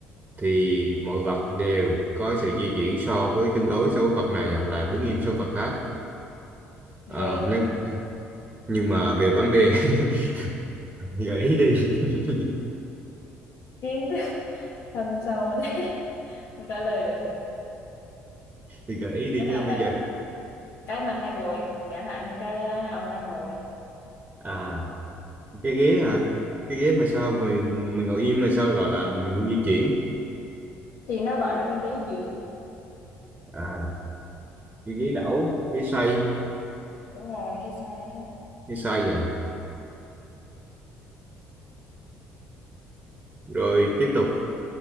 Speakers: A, on the right (about 20°); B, on the left (about 65°).
A: thì mọi vật đều có sự di chuyển so với tương đối so với vật này hoặc là đứng im so với vật khác à,
B: ghê.
A: nếu nhưng mà về vấn đề <laughs> gợi ý đi <laughs>
B: Kiến thức <laughs> thâm sâu thế, <laughs> không trả lời được à?
A: thì gợi ý đi
B: Cái
A: chứ
B: này
A: bây
B: là
A: giờ
B: cái mình hay ngồi, chẳng hạn như cái à, ông đang ngồi. á.
A: à cái ghế hả cái ghế mà sao
B: Ừ.
A: mình mình ngồi im mà sao gọi là mình không di chuyển
B: Thì nó gọi là cái ghế gì?
A: à cái ghế đẩu ghế xoay
B: Đúng rồi, ghế xoay á.
A: ghế xoay vậy rồi tiếp tục